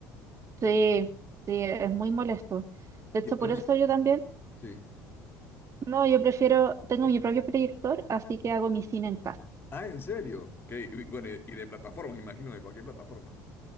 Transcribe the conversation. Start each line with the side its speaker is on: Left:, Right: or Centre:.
Right: sí, sí, es muy molesto. De
Left: Y
Right: hecho,
Left: entonces,
Right: por eso yo también...
Left: sí.
Right: No, yo prefiero, tengo mi propio proyector, así que hago mi cine en casa.
Left: Ah, ¿en serio? Que, y bueno, y y de plataformas, imagino, de cualquier plataforma.